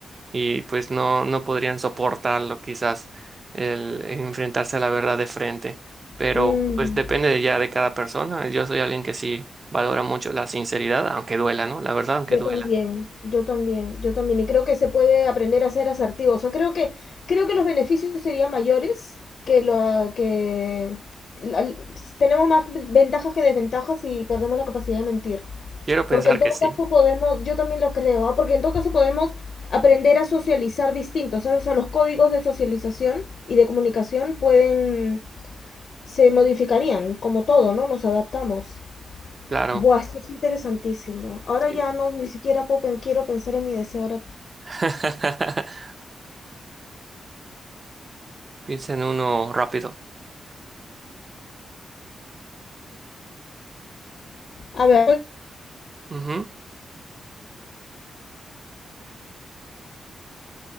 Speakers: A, on the right (about 30°); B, on the left (about 55°).
A: y pues no, no podrían soportarlo quizás el enfrentarse a la verdad de frente. Pero
B: mm.
A: pues depende de ya de cada persona. Yo soy alguien que sí valora mucho la sinceridad, aunque duela, ¿no? La verdad, aunque
B: Yo
A: duela.
B: también, yo también, yo también. Y creo que se puede aprender a ser asertivo. O sea, creo que, creo que los beneficios serían mayores que lo que la- tenemos más ventajas que desventajas y perdemos la capacidad de mentir.
A: Quiero pensar
B: Porque en todo
A: que sí,
B: caso podemos, yo también lo creo, ¿ah? Porque en todo caso podemos aprender a socializar distintos, ¿sabes? O sea, los códigos de socialización y de comunicación pueden, se modificarían, como todo, ¿no? Nos adaptamos.
A: claro.
B: Buah, esto es interesantísimo. Ahora
A: Sí.
B: ya no, ni siquiera puedo pen- quiero pensar en mi deseo. Ahora,
A: <laughs> Piensa en uno rápido.
B: a ver,
A: Ujú.